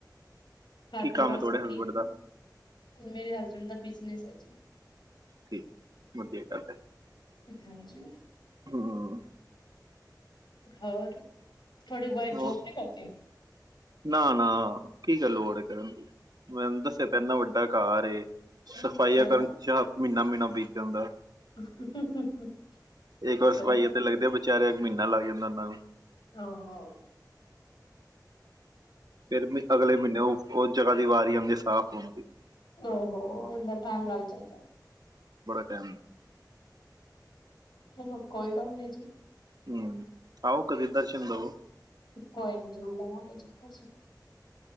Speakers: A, on the left; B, on the right.
A: ਘਰ
B: ਕੀ
A: ਪਰਿਵਾਰ
B: ਕੰਮ
A: ਸਭ
B: ਥੋੜੇ ਹਸਬੈਂਡ
A: ਠੀਕ ਹੈ?
B: ਦਾ
A: ਮੇਰੇ ਹਸਬੈਂਡ ਦਾ ਬਿਜਨੇਸ ਹੈ। ਜੀ
B: ਠੀਕ, ਵਧੀਆ ਗੱਲ ਹੈ।
A: ਹਾਂਜੀ।
B: ਹਮ
A: ਹੋਰ। ਤੁਹਾਡੀ ਵਾਈਫ ਜੋਬ
B: ਉਹ
A: ਵੀ ਕਰਦੀ ਐ।
B: ਨਾ ਨਾ ਕਿ ਗੱਲ ਲੋੜ ਐ ਕਰਨ ਦੀ। ਮੈਂ ਉਹਨੂੰ ਦੱਸਿਆ ਤੇਰੇ ਨਾਲ ਵੱਡਾ ਏ ਕਾਰ ਏ।
A: ਹੂੰ,
B: ਸਫਾਈਆਂ
A: ਸਹੀ
B: ਕਰਨ ਚ ਮਹੀਨਾ ਮਹੀਨਾ ਬੀਤ ਜਾਂਦਾ।
A: ਹੂ ਹੂ ਹੂ
B: ਇੱਕ ਵਾਰ
A: ਸਹੀ
B: ਸਫਾਈਆਂ
A: ਗੱਲ
B: ਤੇ ਲੱਗਦੇ
A: ਐ।
B: ਵਿਚਾਰੇ ਇੱਕ ਮਹੀਨਾ ਲੱਗ ਜਾਂਦਾ ਉਹਨਾਂ ਨੂੰ।
A: ਆਹੋ ਆ
B: ਫੇਰ ਵੀ ਅਗਲੇ ਮਹੀਨੇ ਉਹ ਉਹ ਜਗ੍ਹਾ ਦੀ ਵਾਰੀ ਆਉਂਦੀ ਸਾਫ਼ ਹੋਣਦੀ
A: ਉਹ ਹੋ ਏਨਾ ਟਾਈਮ ਲੱਗ ਜਾਂਦਾ।
B: <inaudible>
A: ਚਲੋ ਕੋਈ ਗੱਲ ਨੀ ਜੀ।
B: ਹਮਮ ਆਓ ਕਦੇ ਦਰਸ਼ਨ ਦਊ।
A: ਕੋਈ ਨੀ ਜਰੂਰ ਲਾਵਾਂਗੇ ਚੱਕਰ ਜੀ।